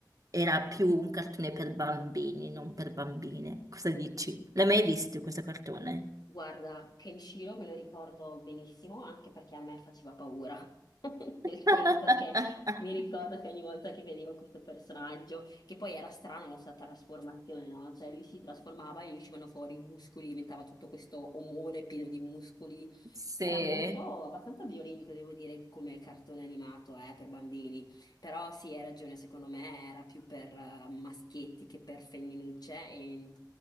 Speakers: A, on the right; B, on the left.
A: era più un cartone per bambini, non per bambine. Cosa dici? L'hai mai visto questo cartone?
B: Guarda, Kenshiro me lo ricordo benissimo, anche perché a me faceva paura, <laughs> nel
A: <laughs>
B: senso che mi ricordo che ogni volta che vedevo questo personaggio, che poi era strana la sua trasformazione, no? Cioè lui si trasformava e gli uscivano fuori i muscoli, diventava tutto questo omone pieno di muscoli.
A: Sì,
B: Era molto, abbastanza violento, devo dire, come cartone animato, eh, per bambini. Però sì, hai ragione, secondo me era più per eh, maschietti che per femminucce e...